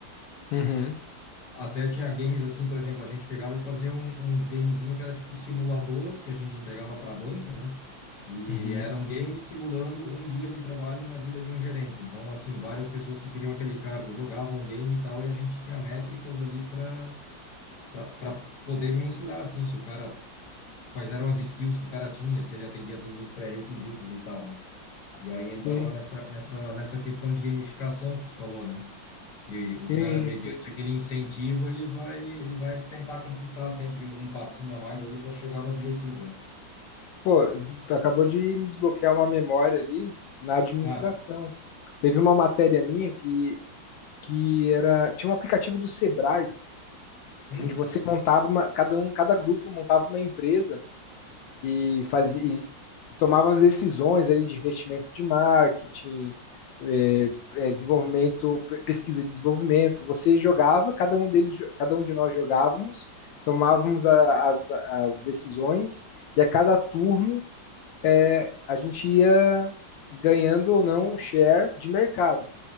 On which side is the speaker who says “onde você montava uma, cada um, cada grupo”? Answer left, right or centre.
Left